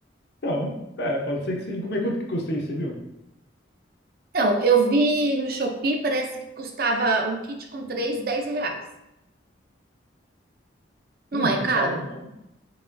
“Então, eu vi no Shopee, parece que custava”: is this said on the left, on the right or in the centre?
Right